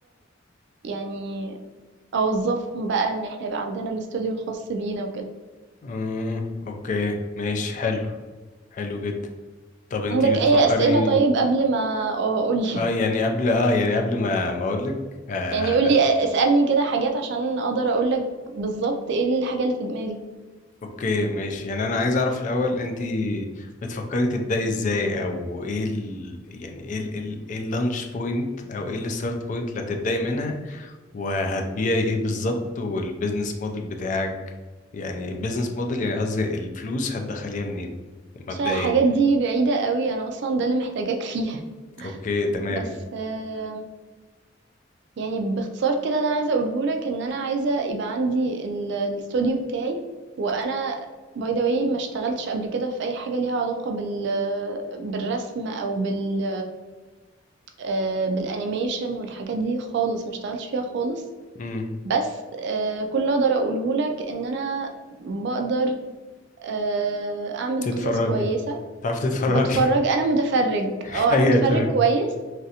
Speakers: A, on the right; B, on the left.
A: يعني أوظّفهم بقى إن إحنا يبقى عندنا الstudio الخاص بينا وكده.
B: امم اوكي ماشي حلو حلو جدا طب أنت
A: عندك
B: بتفكري
A: أي أسئلة طيب قبل ما آه قُل لي،
B: اه يعني قبل اه يعني قبل ما ما أقولك
A: <laughs>
B: آه
A: يعني قُل لي اسألني كده حاجات عشان أقدر أقول لك بالضبط إيه الحاجة اللي في دماغي.
B: اوكي ماشي يعني انا عايز اعرف الاول انت بتفكري تبداي ازاي او ايه ال... يعني ايه ال... إيه ال- ايه اللانش بوينت او ايه الستارت بوينت اللي هتبداي منها وهتبيعي ايه بالظبط والبيزنس موديل بتاعك يعني البيزنس موديل يعني قصدي الفلوس هتدخليها منين مبدئيا
A: عشان الحاجات دي بعيدة قوي انا اصلا ده اللي محتاجاك فيه <laughs>
B: اوكي تمام
A: بس آه، يعني باختصار كده اللي انا عايزة اقوله لك ان انا عايزة يبقى عندي ال- الاستوديو بتاعي وانا باي ذا واي ما اشتغلتش قبل كده في اي حاجة ليها علاقة بال بالرسم او بال آه، بالانيميشن والحاجات دي خالص ما اشتغلتش فيها خالص
B: امم
A: بس آه، كل اللي اقدر اقوله لك ان انا بقدر آه، اعمل
B: تتفرجي
A: قصص كويسة
B: تعرفي تتفرجي
A: وبتفرج انا متفرج
B: <laughs>
A: اه
B: ايوه
A: انا متفرج
B: تمام
A: كويس